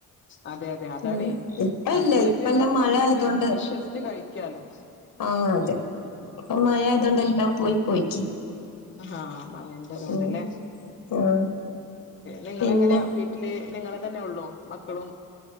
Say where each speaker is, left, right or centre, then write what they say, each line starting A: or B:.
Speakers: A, on the left (about 30°); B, on the left (about 65°).
A: അതെ അതെ അതാണ്േ
B: ഉം ഇപ്പ ഇല്ല
A: വീട്ടിലുണ്ടാക്കുമ്പോൾ
B: ഇപ്പെല്ലാം മഴ
A: നമുക്ക്
B: ആയതോണ്ട്
A: വിശ്വസിിച്ച് കഴിക്കാലോ
B: ആ അതെ അപ്പൊ മഴയത്തുകൊണ്ട് എല്ലാം പോയി പോയിക്ക്
A: ആഹാ മഴൻ്റെ തോണ്ട്
B: ഉം
A: ലെ
B: ആഹ്
A: നിങ്ങളങ്ങനെ
B: പിന്നെ
A: വീട്ടില് നിങ്ങളെ തന്നഒള്ളോമക്കളും